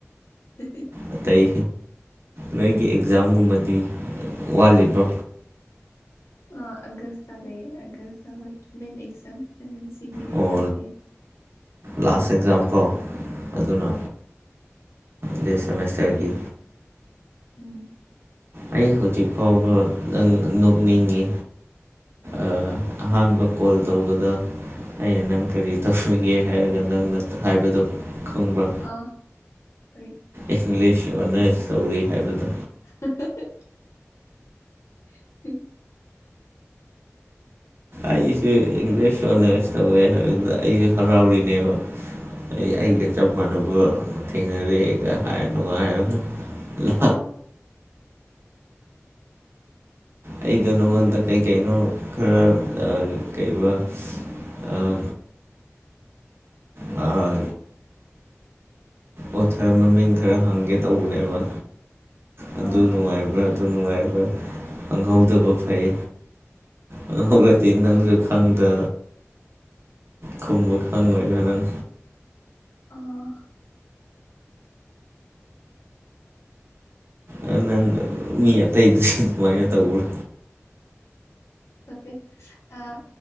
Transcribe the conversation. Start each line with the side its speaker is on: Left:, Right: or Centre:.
Left: <unintelligible>
Right: ꯑꯇꯩ ꯅꯣꯏꯒꯤ ꯑꯦꯛꯖꯥꯝꯒꯨꯝꯕꯗꯤ ꯋꯥꯠꯂꯤꯕꯣ
Left: ꯑꯥ ꯑꯥꯒꯁꯇꯥ ꯂꯩꯌꯦ ꯑꯥꯒꯁꯇꯥ ꯍꯣꯏ ꯃꯤꯟ ꯑꯦꯛꯖꯥꯝ ꯑꯦꯝ ꯑꯦꯟ ꯁꯤꯒꯤ
Right: ꯑꯣ
Left: ꯑꯦꯛꯖꯥꯝ ꯂꯩꯌꯦ
Right: ꯂꯥꯁ ꯑꯦꯛꯖꯥꯝ ꯀꯣ ꯑꯗꯨꯅ
Left: ꯍꯣꯏ
Right: ꯂꯤꯁ ꯁꯦꯃꯦꯁꯇꯔꯒꯤ
Left: ꯎꯝ
Right: ꯑꯩ ꯍꯧꯖꯤꯛ ꯐꯥꯎꯕ ꯅꯪ ꯅꯣꯛꯅꯤꯡꯉꯤ ꯑꯥ ꯑꯍꯥꯟꯕ ꯀꯣꯜ ꯇꯧꯕꯗ ꯑꯩ ꯅꯪ ꯀꯔꯤ ꯇꯧꯔꯤꯒꯦ ꯍꯥꯏꯕꯗ ꯅꯪꯅ ꯍꯥꯏꯕꯗꯣ ꯈꯪꯕ꯭ꯔꯥ
Left: ꯑꯥ ꯀꯔꯤ
Right: ꯏꯪꯍ꯭ꯂꯤꯁ ꯑꯣꯅꯔꯁ ꯇꯧꯔꯤ ꯍꯥꯏꯕꯗꯣ
Left: <unintelligible> <unintelligible>
Right: ꯑꯩꯁꯨ ꯏꯪꯂꯤꯁ ꯑꯣꯅꯔꯁ ꯇꯧꯋꯦ ꯍꯥꯏꯕꯗꯨꯗ ꯑꯩꯖꯨ ꯍꯔꯥꯎꯔꯤꯅꯦꯕ ꯑꯩ ꯑꯩꯒ ꯆꯞ ꯃꯥꯟꯅꯕ ꯊꯦꯡꯅꯔꯦꯒ ꯍꯥꯏꯔ ꯅꯨꯡꯉꯥꯏꯔꯒ ꯂꯥ__
Left: ꯑꯣ
Right: ꯑꯩꯗꯣ ꯅꯉꯣꯟꯗ ꯀꯩꯀꯩꯅꯣ ꯈꯔ ꯑꯥ ꯀꯩꯕ ꯑꯥ ꯑꯥ ꯑꯣꯊꯔ ꯃꯃꯤꯡ ꯈꯔ ꯍꯪꯒꯦ ꯇꯧꯕꯅꯦꯕ ꯑꯗꯨ
Left: ꯑꯥ
Right: ꯅꯨꯡꯉꯥꯏꯕ꯭ꯔꯥ ꯑꯗꯨ ꯅꯨꯡꯉꯥꯏꯕ ꯈꯪꯍꯧꯗꯕ ꯐꯩ ꯈꯪꯍꯧꯔꯗꯤ
Left: ꯑꯥ
Right: ꯅꯪꯁꯨ ꯈꯪꯗ ꯈꯨꯝꯕ ꯈꯪꯉꯣꯏꯕ ꯅꯪ
Left: ꯑꯣ
Right: ꯑꯥ ꯅꯪ ꯃꯤ ꯑꯇꯩꯗꯨꯁꯨ ꯑꯗꯨꯃꯥꯏꯅ ꯇꯧꯕ꯭ꯔꯣ
Left: ꯅꯠꯇꯦ ꯑꯥ